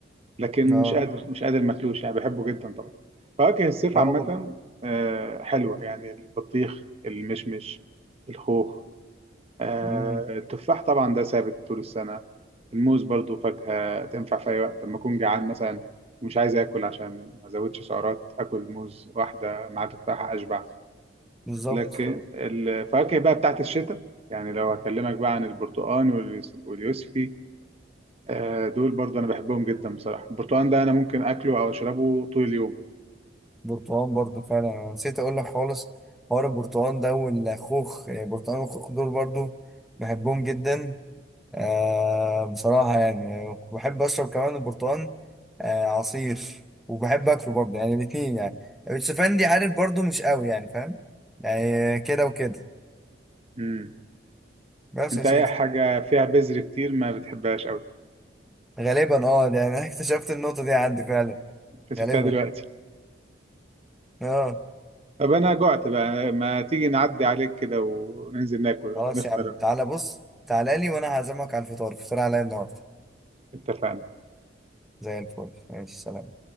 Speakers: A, on the right; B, in the centre.
A: لكن
B: اه
A: مش قادر مش قادر ماكلوش يعني بحبه جدا طبعا فواكه الصيف
B: لا
A: عامه آه، حلوه يعني البطيخ المشمش الخوخ آه،
B: مم،
A: التفاح طبعا ده ثابت طول السنة الموز برضو فاكهة تنفع في أي وقت لما أكون جعان مثلا ومش عايز آكل عشان ما أزودش سعرات آكل موز واحدة مع تفاحة أشبع
B: بالظبط
A: لكن الفواكه بقى بتاعت الشتاء يعني لو هكلمك بقى عن البرتقال واليوس- واليوسفي آه، دول برضو أنا بحبهم جدا بصراحة البرتقال ده أنا ممكن أكله أو أشربه طول اليوم
B: برتقال برضو فعلا انا نسيت اقول لك خالص حوار البرتقال ده والخوخ يعني البرتقال والخوخ دول برضو بحبهم جدا آه بصراحة يعني بحب اشرب كمان البرتقال آه عصير وبحب اكله برضو يعني الاتنين يعني الشوفان دي عارف برضو مش قوي يعني فاهم يعني كده وكده
A: مم.
B: بس
A: أنت
B: يا سيدي
A: أي حاجة فيها بذر كتير ما بتحبهاش أوي
B: غالبا اه ده انا <laughs> اكتشفت النقطة دي عندي فعلا
A: اكتشفتها
B: غالبا
A: دلوقتي
B: اه
A: طب انا جعت بقى ما تيجي نعدي عليك كده وننزل ناكل ولا
B: خلاص
A: نفطر
B: يا عم تعالى بص تعالى لي وانا هعزمك على الفطار الفطار عليا النهارده
A: اتفقنا
B: زي الفل ماشي سلام